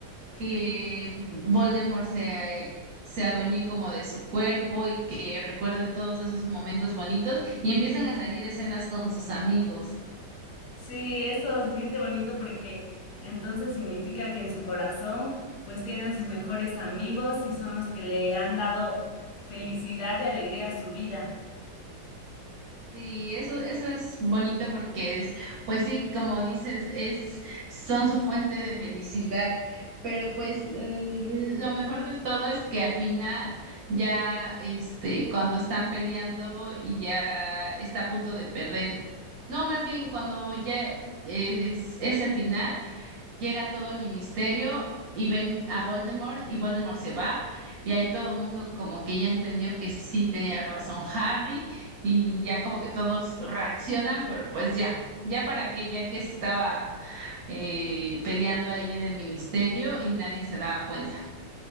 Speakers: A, on the right; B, on the left.
A: que Voldemort se, se adueñe como de su cuerpo y que recuerde todos esos momentos bonitos y empiezan a salir escenas con sus amigos.
B: Sí, eso se siente bonito porque entonces significa que en su corazón pues tiene a sus mejores amigos y son los que le han dado felicidad y alegría a su vida.
A: Sí, eso, eso es bonito porque es, pues sí, como dices, es, son su fuente de felicidad. Pero pues mm, lo mejor de todo es que al final, ya este, cuando están peleando y ya está a punto de perder. No, más bien cuando ya es, es el final, Llega todo el ministerio y ven a Voldemort y Voldemort se va y ahí todo el mundo como que ya entendió que sí tenía razón Harry y ya como que todos reaccionan, pero pues ya, ya para qué, ya que estaba eh, peleando ahí en el ministerio y nadie se daba cuenta.